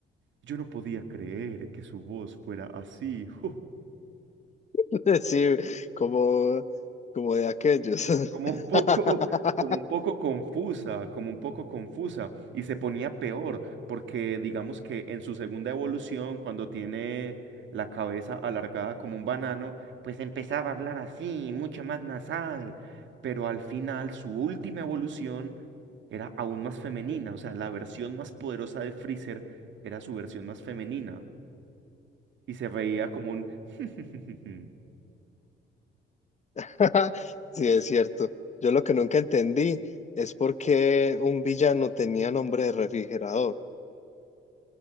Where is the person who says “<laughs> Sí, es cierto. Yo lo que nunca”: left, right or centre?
Left